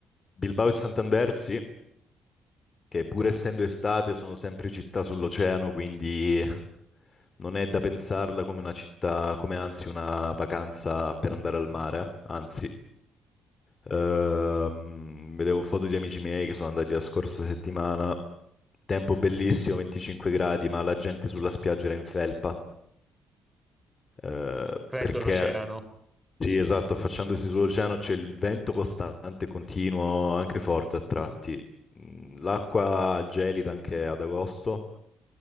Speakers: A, on the left (about 35°); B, in the centre.
A: Bilbao e Santander, sì, che pur
B: Co-
A: essendo estate sono sempre città sull'oceano, quindi non è da pensarla come una città, come anzi una vacanza per andare
B: Mhm.
A: al mare, anzi. Ehm, vedevo foto di amici miei che sono andati la scorsa settimana. Tempo bellissimo, 25 gradi, ma la gente sulla spiaggia era in felpa. eh,
B: Freddo
A: perché
B: l'oceano.
A: Sì, esatto, affacciandosi sull'oceano c'è il vento costante, continuo, anche forte a tratti. Mm, L'acqua gelida anche ad agosto,